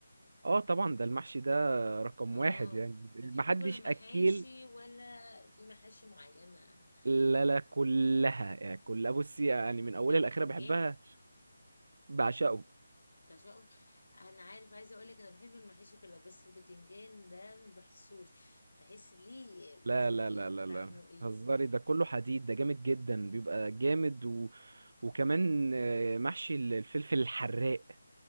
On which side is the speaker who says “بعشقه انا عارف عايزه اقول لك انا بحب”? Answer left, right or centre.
Left